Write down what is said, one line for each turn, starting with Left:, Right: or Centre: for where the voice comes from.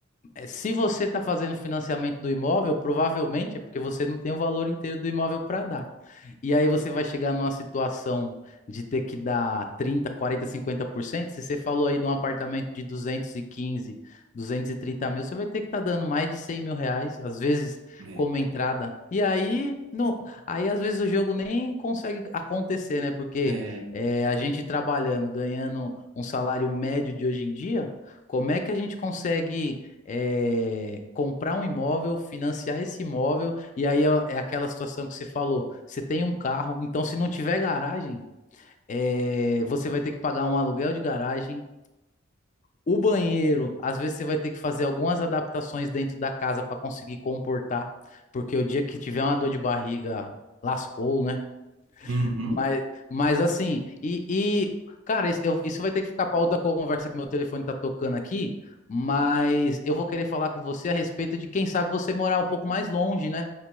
Left: é, se você está fazendo financiamento do imóvel, provavelmente é porque você não tem o valor inteiro do imóvel para dar. E aí você vai chegar numa situação de ter que dar trinta, por cento, quarenta, por cento, cinquenta por cento Se você falou aí de um apartamento de duzentos duzentos e quinze, duzentos e trinta mil, você vai ter que estar tá dando mais de 100 mil reais, às vezes,
Right: É,
Left: como entrada. E aí, não, aí às vezes o jogo nem consegue acontecer, né? Porque
Right: é,
Left: é, a gente trabalhando, ganhando um salário médio de hoje em dia, como é que a gente consegue é, comprar um imóvel, financiar esse imóvel, e aí é, é aquela situação que você falou: você tem um carro, então se não tiver garagem, é, você vai ter que pagar um aluguel de garagem. O banheiro, às vezes você vai ter que fazer algumas adaptações dentro da casa para conseguir comportar, porque o dia que tiver uma dor de barriga, lascou, né?
Right: uhum,
Left: Mas, mas assim, e, e, cara, isso, eu- isso vai ter que ficar para outra conversa que meu telefone tá tocando aqui, mas eu vou querer falar com você a respeito de quem sabe você morar um pouco mais longe, né?